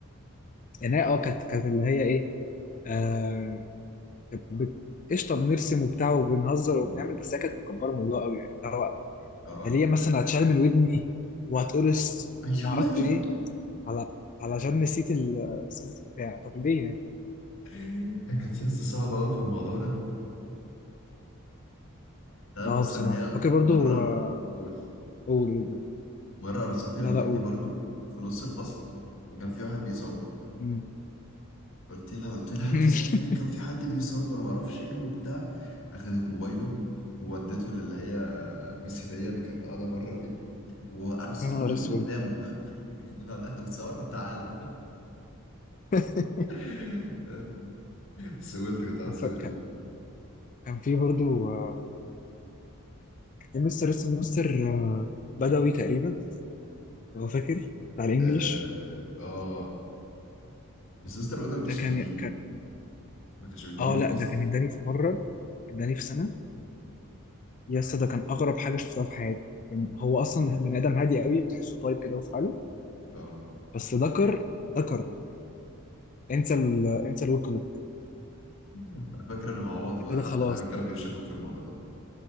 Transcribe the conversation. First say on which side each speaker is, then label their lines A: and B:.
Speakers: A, on the left; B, on the left.
A: يعني هي اه كانت كانت اللي هي ايه آه بت- قشطه بنرسم وبتاع وبنهزر وبنعمل
B: مم.
A: بس هي كانت مكبره الموضوع قوي يعني. اللي هو
B: اه اه
A: انا ليه مثلا هتشال من ودني وهتقرص
B: ايوه
A: وما اعرفش
B: يا
A: ايه
B: ابني
A: على علشان نسيت ال- السيت بتاع طب ليه يعني
B: <laughs> هي كانت لسه صعبه قوي في الموضوع ده تعرف
A: اه
B: بس
A: بصراحه
B: ان هي
A: فاكر برضو
B: مره
A: آه،
B: قول
A: قول قول قول.
B: مره قرصتني من
A: لا
B: ودني
A: لا قول
B: برضو في نص الفصل وكان في واحد بيصور
A: مم.
B: قلت لها قلت لها
A: <laughs>
B: انت ازاي تعمل كان في حد بيصور وما اعرفش ايه وبتاع اخدت موبايله وودته للي هي ميس هديه اللي كانت قاعده بره دي وقرصته
A: يا نهار
B: من ودني
A: اسود
B: قدامه <laughs> اللي هو تحت بتصور طب تعالى
A: <laughs>
B: <laughs> سئلت كنت عاوز
A: كان ف-
B: اسال
A: كان-
B: ايه
A: كان في برضو آه، كان في مستر اسمه مستر آه، بدوي تقريبا لو فاكر بتاع الانجليش
B: اه آه. بس مستر بدر ما كانش
A: ده كان
B: بيديني ما كانش بيديني
A: اه
B: في
A: لا
B: الفصل
A: ده كان اداني في مره اداني في سنه يا اسطى ده كان اغرب حاجه شفتها في حياتي كان هو اصلا بني ادم هادي قوي وتحسه طيب كده وفي حاله
B: اه
A: بس ذكر ذكر انسى ال انسى الورك بوك
B: انا فاكر ان معوض
A: انت
B: وعبد
A: كده خلاص
B: الحميد كانوا بيفشخوه في الموضوع ده